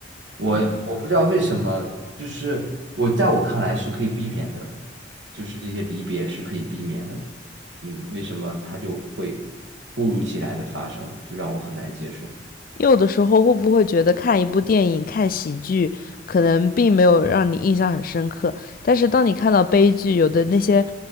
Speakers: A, on the right (about 75°); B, on the left (about 50°).
A: 我嗯我不知道为什么，就是我在我看来是可以避免的，就是这些离别是可以避免的，嗯，为什么它就会突如其来的发生，就让我很难接受。
B: 有的时候会不会觉得看一部电影、看喜剧，可能并没有让你印象很深刻，但是当你看到悲剧，有的那些